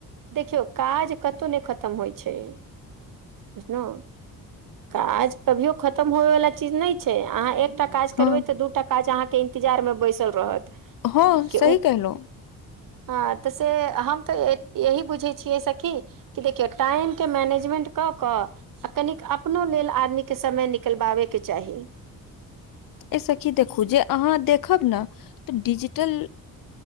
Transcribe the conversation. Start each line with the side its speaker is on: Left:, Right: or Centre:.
Right: देखियौ काज कतौ नै खतम होइ छै बुझलहु काज कभियो खतम होे वाला चीज नै छै अहाँ एकटा काज
Left: हँ
Right: करबै त दूटा काज अहाँ के इंतजार में बैसल रहत
Left: हँ
Right: के
Left: सही
Right: उ
Left: केहलो
Right: हँ से त से हम त यही बुझै छियै से सखी देखिये टाइम के मैनेजमेंट क क आ कनिक अपनो लेल आदमी के समय निकलबाबेके चाही
Left: ए सखी देखु त खुद अहाँ देखब न त डिजिटल